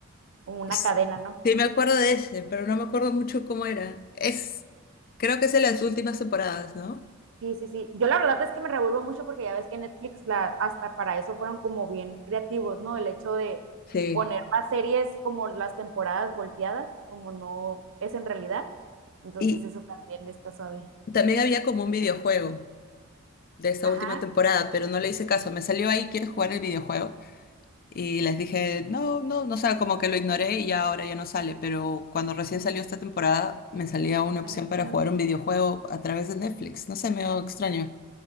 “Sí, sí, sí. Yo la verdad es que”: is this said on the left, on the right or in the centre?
Right